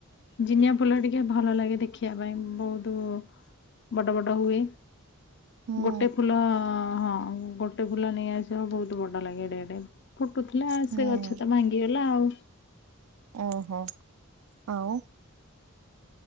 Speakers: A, on the left (about 50°); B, on the right (about 75°).
A: ଜିନିଆ ଫୁଲ ଟିକେ ଭଲ ଲାଗେ ଦେଖିବା ପାଇଁ ବହୁତ ବଡ ବଡ ହୁଏ
B: ହୁଁ
A: ଗୋଟେ ଫୁଲ ହଁ ଗୋ ଗୋଟେ ଫୁଲ ନେଇଆସିବ ବହୁତ ବଡ ଲାଗେ ଏଡେଡେ ଫୁଟୁଥିଲା
B: ହୁଁ
A: ସେ ଗଛ ତ ଭାଙ୍ଗିଗଲା ଆଉ
B: ଓହୋ ଆଉ